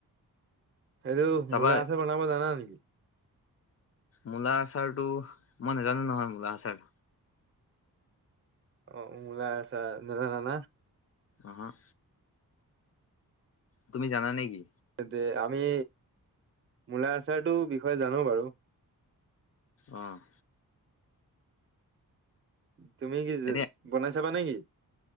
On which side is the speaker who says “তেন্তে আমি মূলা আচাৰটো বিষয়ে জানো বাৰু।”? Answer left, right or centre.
Right